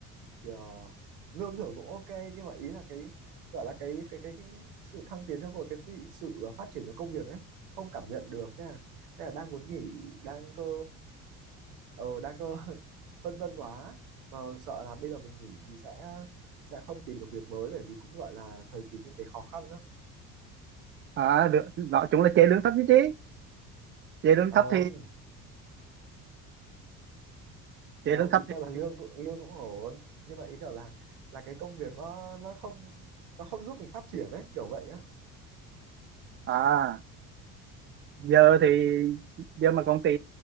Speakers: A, on the right (about 70°); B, on the right (about 25°).
A: ờ, lương thưởng cũng ok nhưng mà ý là cái gọi là cái cái cái, cái sự thăng tiến trong một cái vị- sự phát triển trong công việc ấy không cảm nhận được thế là, thế là đang muốn nghỉ đang cơ ờ đang cơ <laughs> phân vân quá mà sợ là bây giờ mình nghỉ thì sẽ sẽ không tìm được việc mới bởi vì cũng gọi là thời kỳ kinh tế khó khăn đó
B: à được nói chung là chế lương thấp chứ chứ chế lương
A: không
B: thấp thì chế
A: không
B: lương thấp
A: ý tôi là lương
B: thì
A: cũng- lương cũng ổn nhưng mà ý kiểu là là cái công việc nó nó không nó không giúp mình phát triển ấy kiểu vậy á
B: à giờ thì giờ mà công ty